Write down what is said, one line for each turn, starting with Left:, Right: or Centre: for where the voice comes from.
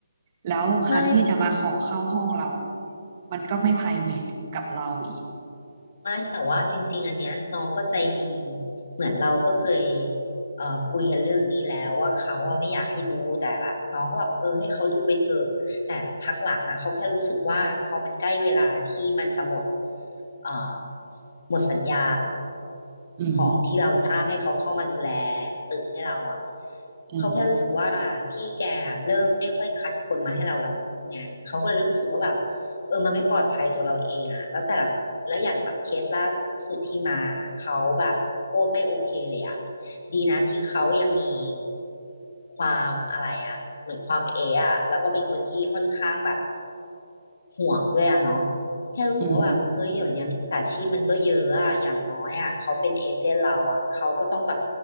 Right: แล้วคันที่จะมาขอเข้าห้องเราอ่ะ
Left: ่
Right: มันก็ไม่ private กับเราอีก
Left: ไม่แต่ว่าจริงๆอันเนี้ยน้องก็ใจดีเหมือนเราก็เคยเอ่อคุยกันเรื่องนี้แล้วว่าเขาอะไม่อยากให้ดูแต่แบบน้องก็แบบเออให้เขาดูไปเถอะแต่พักหลังนะเขาแค่รู้สึกว่าพอมันใกล้เวลาที่มันจะหมดเอ่อหมดสัญญา
Right: อืม
Left: ของที่เราจ้างให้เขาเข้ามาดูแลตึกให้เราอะ
Right: อืม
Left: เขาแค่รู้สึกว่าพี่แกเริ่มไม่ค่อยคัดคนมาให้เราแล้วไงเขาก็เลยเริ่มรู้สึกว่าแบบ เออมันไม่ปลอดภัยตัวเราเองอะแล้วแต่ละแล้วอย่างแบบเคสล่าสุดที่มาเขาแบบโคตรไม่โอเคเลยอะดีนะที่เขายังมีความอะไรอะเหมือนความเอะอะแล้วก็เป็นคนที่ค่อนข้างแบบ ห่วงด้วยอะเนาะแค่รู้สึกว่าแบบเฮ้ยเดี๋ยวนี้ยมิจฉาชีพมันก็เยอะอะอย่างน้อยอะเขาเป็นเอเจนต์เราอะเขาก็ต้องแบบ
Right: อืม